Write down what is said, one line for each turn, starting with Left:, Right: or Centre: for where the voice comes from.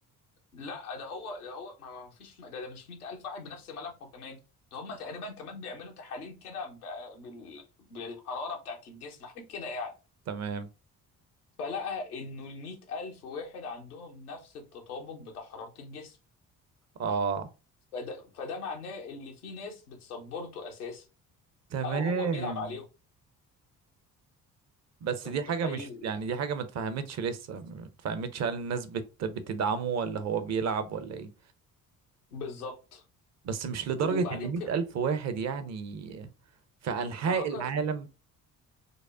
Left: لا ده هو ده هو ما ما فيش ده, ده مش 100 ألف واحد بنفس ملامحه كمان ده هم تقريبا كمان بيعملوا تحاليل كده ب- بال- بالحرارة بتاعت الجسم حاجة كده يعني
Right: تمام
Left: فلقى إنه ال 100 ألف واحد عندهم نفس التطابق بتاع حرارة الجسم
Right: اه
Left: فده, فده معناه ان في ناس بتسبورته اساسا
Right: تمام
Left: او هو بيلعب عليهم
Right: بس
Left: انت
Right: دي
Left: متخيل
Right: حاجة مش يعني دي حاجة ما اتفهمتش لسه ما اتفهمتش هل الناس بت... بتدعمه ولا هو بيلعب ولا ايه
Left: بالظبط
Right: بس مش لدرجة
Left: وبعدين
Right: ان مئة
Left: في
Right: ألف واحد يعني في أنحاء
Left: ما هاكر
Right: العالم